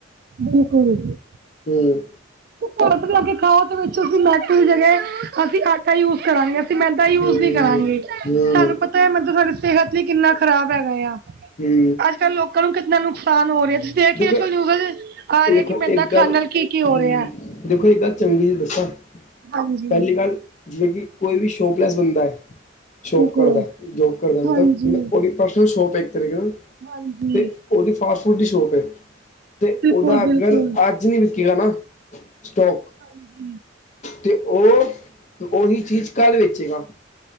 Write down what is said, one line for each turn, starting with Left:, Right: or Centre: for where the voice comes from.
Right: ਬਿਲਕੁਲ ਜੀ।
Left: ਹੂੰ।
Right: ਭਾਰਤ ਲਾ ਕੇ ਖਾਓ ਤੇ ਵਿੱਚ ਅਸੀਂ ਮੈਟ ਦੀ ਜਗ੍ਹ ਅਸੀਂ <unintelligible> ਯੂਜ ਕਰਾਂਗੇ ਅਸੀਂ ਮੈਦਾ ਯੂਜ
Left: ਹੂੰ
Right: ਨੀ ਕਰਾਂਗੇ
Left: ਹੂੰ
Right: ਸਾਨੂੰ ਪਤਾ ਮੈਨੂੰ ਸਾਡੇ ਸਿਹਤ ਲਈ ਕਿੰਨਾ ਖਰਾਬ ਹੈਗਾ ਆ।
Left: ਹੂੰ।
Right: ਅੱਜ-ਕੱਲ੍ਹ ਲੋਕਾਂ ਨੂੰ ਕਿਤਨਾ ਨੁਕਸਾਨ ਹੋ ਰਿਹਾ। <unintelligible> ਦੇਖ
Left: ਦੇਖੋ
Right: ਕੇ ਕੋਲ ਨਿਊਜ਼ਲ ਆ ਰਿਹਾ
Left: ਦੇਖੋ
Right: ਕਿ ਮੈਦਾ
Left: ਇੱਕ ਗੱਲ
Right: ਖਾਨ ਨਾਲ
Left: ਹੂੰ
Right: ਕੀ ਕੀ ਹੋ ਰਿਆ।
Left: ਦੇਖੋ ਇੱਕ ਗੱਲ ਚੰਗੀ ਦੱਸਾਂ
Right: ਹਾਂਜੀ
Left: ਪਹਿਲੀ ਗੱਲ ਜੇ ਕੇ ਕੋਈ ਵੀ ਸ਼ੋਪਲੈਸ ਬੰਦਾ ਐ ਸ਼ੋਪ
Right: ਬਿਲਕੁਲ
Left: ਕਰਦਾ ਜੋਬ ਕਰਦਾ ਮਤਲਬ
Right: ਹਾਂਜੀ,
Left: ਓਂਦੀ ਪਰਸ਼ਨਲ ਸ਼ੋਪ ਏ ਏਕ ਤਰੀਕੇ ਨਾਲ
Right: ਹਾਂਜੀ,
Left: ਤੇ ਉਹਦੀ ਫਾਸਟ ਫੂਡ ਦੀ ਸ਼ੋਪ ਏ। ਤੇ
Right: ਬਿਲਕੁਲ-ਬਿਲਕੁਲ,
Left: ਓਦਾ ਅਗਰ ਅੱਜ ਨੀ ਵਿਕੇਗਾ ਨਾ ਸਟੋਕ
Right: ਹਾਂਜੀ।
Left: ਤੇ ਉਹ ਉਹੀ ਚੀਜ਼ ਕੱਲ ਵੇਚੇਗਾ।